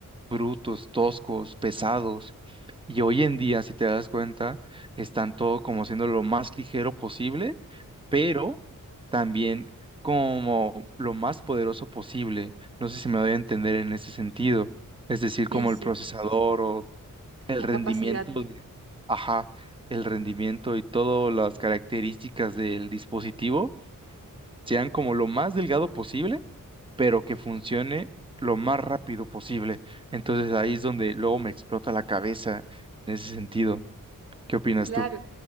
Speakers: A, on the right; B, on the right.
A: brutos, toscos, pesados. Y hoy en día, si te das cuenta, están todo como siendo lo más ligero posible, pero también como lo más poderoso posible. No sé si me doy a entender en ese sentido. Es decir, como
B: sí, sí,
A: el procesador o el
B: la
A: rendimiento
B: capacidad.
A: de, ajá, el rendimiento y todas las características del dispositivo sean como lo más delgado posible pero que funcione lo más rápido posible. Entonces ahí es donde luego me explota la cabeza en ese sentido. ¿Qué opinas
B: Claro,
A: tú?